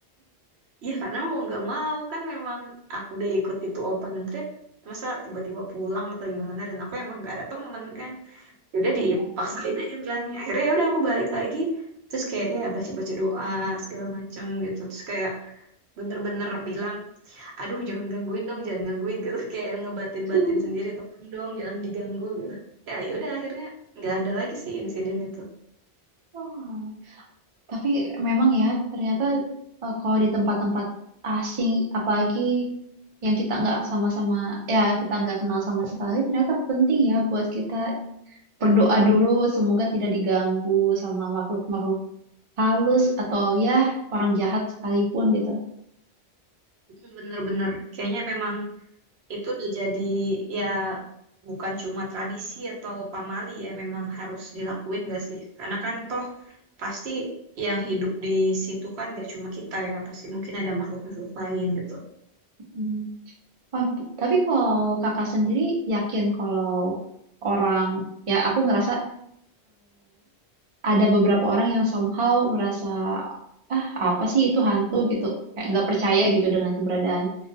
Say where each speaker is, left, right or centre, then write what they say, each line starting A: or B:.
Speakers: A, on the right (about 75°); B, on the right (about 40°).
A: ya karena mau nggak mau kan memang aku udah ikut itu open trip masa tiba-tiba pulang atau gimana dan aku emang nggak ada temen kan ya udah dipaksain
B: Iya sih.
A: aja berani akhirnya ya udah aku balik lagi terus kayak ya baca-baca doa segala macem gitu terus kayak bener-bener bilang aduh jangan gangguin dong jangan gangguin gitu <laughs> kayak ngebatin-batin
B: <laughs>
A: sendiri tolong dong jangan diganggu gitu ya ya udah akhirnya nggak ada lagi sih insiden itu
B: Oh. Tapi memang ya, ternyata eh, kalau di tempat-tempat asing, apalagi yang kita nggak sama-sama, ya kita nggak kenal sama sekali, ternyata penting ya buat kita berdoa dulu, semoga tidak diganggu sama makhluk-makhluk halus atau ya orang jahat sekalipun gitu.
A: Mm, Bener-bener, kayaknya memang itu udah jadi ya bukan cuma tradisi atau pamali ya memang harus dilakuin gak sih? Karena kan toh pasti yang hidup di situ kan gak cuma kita ya, pasti mungkin ada makhluk-makhluk lain gitu.
B: Hmm. Oh, b- tapi kalau kakak sendiri yakin kalau orang, ya aku ngerasa ada beberapa orang yang somehow merasa ah apa sih itu hantu gitu kayak nggak percaya gitu dengan keberadaan